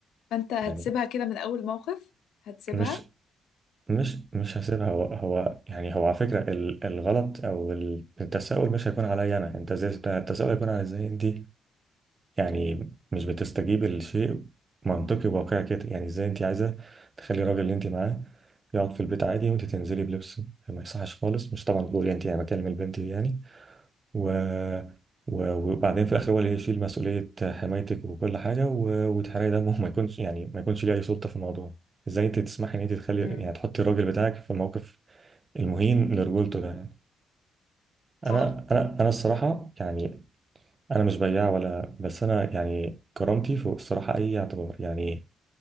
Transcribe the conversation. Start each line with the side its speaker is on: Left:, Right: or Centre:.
Left: فانت هتسيبها
Right: يعني
Left: كده من اول موقف هتسيبها
Right: مش مش مش هسيبها هو هو يعني هو على فكره ال- الغلط او ال- التساؤل مش هيكون عليا انا انت ازاي التساؤل هيكون على ازاي انت يعني مش بتستجيب لشيء منطقي وواقعي كده يعني ازاي انت عايزه تخلي الراجل اللي انت معاه يقعد في البيت عادي وانت تنزلي بلبس ما يصحش خالص مش طبعا بقول انت يعني بكلم البنت دي يعني و... و... وبعدين في الاخر هو اللي يشيل مسؤوليه حمايتك وكل حاجه و... وتحرقي دمه ما يكونش يعني ما يكونش ليه اي سلطه في الموضوع ازاي انت تسمحي ان انت تخلي
Left: امم
Right: يعني تحطي الراجل بتاعك في الموقف المهين لرجولته ده يعني انا
Left: صح
Right: انا انا الصراحه يعني انا مش بياع ولا بس انا يعني كرامتي فوق الصراحه اي اعتبار يعني